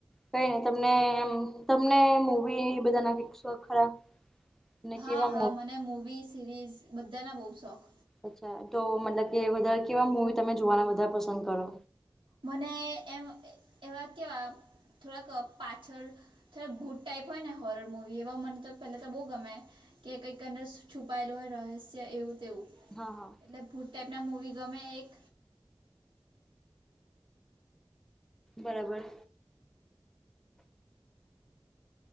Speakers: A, in the centre; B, on the right.
A: કઈ ની તમને તમને મુવી બધા <unintelligible> ખરા ને
B: હા
A: કેવા
B: હા મને મૂવી સિરીઝ બધાના બો શોખ
A: અચ્છા તો મતલબ કે વધારે કેવા મુવી તમે જોવાના વધાર પસંદ કરો
B: મને એમ એવા કેવા થોડાક પાછળ <unintelligible> ભૂટ ટાઈપ હોય ને હોરર મુવી એવા મન તો પેલા તો બો ગમે કે કઈકં અદર છુપાયેલું હોય રહસ્ય એવું તેવું
A: હ હ.
B: એટલે ભૂટ ટાઈપના મૂવી ગમે એક
A: બરાબર.